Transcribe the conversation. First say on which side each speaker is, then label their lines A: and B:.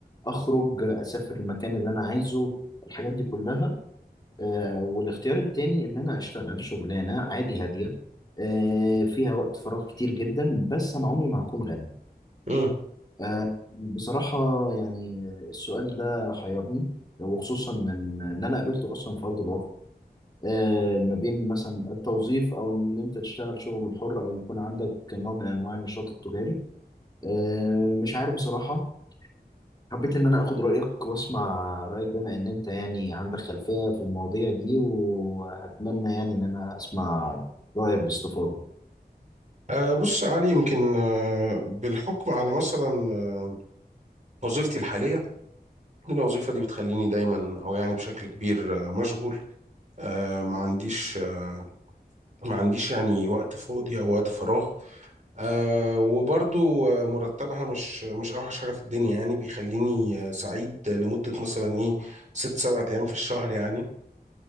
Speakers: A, on the left; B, on the right.
A: آه، اخرج آه، اسافر المكان اللي انا عايزه الحاجات دي كلها آه، والاختيار التاني ان انا اشتغل شغلانه عادي هاديه آه، فيها وقت فراغ كتير جدا بس انا عمري ما هكون غني
B: مه.
A: آه، بصراحه يعني السؤال ده حيرني وخصوصا ان إن انا قابلته اصلا في ارض الواقع آه، ما بين مثلا التوظيف او ان انت تشتغل شغل حر او يكون عندك نوع من انواع النشاط التجاري آه، مش عارف بصراحه حبيت إن أنا آخد رأيك وأسمع رأيك بما إن أنت يعني عندك خلفية في المواضيع دي وهتمنى يعني إن أنا أسمع رأيك باستفاضة.
B: آه، بص يا علي يمكن آه، بالحكم على مثلا آه، وظيفتي الحالية الوظيفة دي بتخليني دايما أو يعني بشكل كبير آه، مشغول آه، ما عنديش آه، ما عنديش يعني وقت فاضي أو وقت فراغ آه، وبرضو آه، مرتبها مش مش أوحش حاجة في الدنيا يعني بيخليني آه، سعيد لمدة مثلا إيه ست سبع أيام في الشهر يعني